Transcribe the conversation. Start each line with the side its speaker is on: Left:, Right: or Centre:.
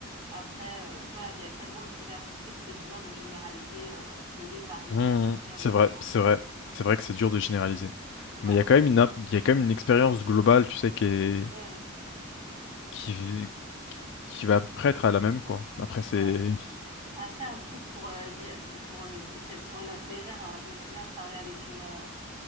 Right: Après, euh, voilà, il y a tellement de diversité que c'est dur de généraliser euh, les Parisiens,
Left: Mhm.
Right: tu sais, avec
Left: C'est vrai,
Right: un grand
Left: c'est
Right: P.
Left: vrai. C'est vrai que c'est dur de généraliser.
Right: Ouais.
Left: Mais il y a quand même une, imp- il y a quand même une expérience globale, tu sais, qui est,
Right: Mm.
Left: qui, qui va à peu près être à la même, quoi. Après, c'est...
Right: Ouais. Après, un truc pour, euh, di- pour le, c'est sur une note légère, hein. je me souviens, je parlais avec une, euh,